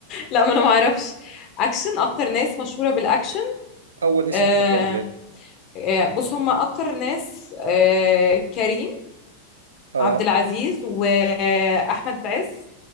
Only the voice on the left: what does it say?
لا ما انا معرفش اكشن اكتر ناس مشهورة بالاكشن
آه
آه، بص هما اكتر ناس آه كريم
عبد العزيز واحمد عز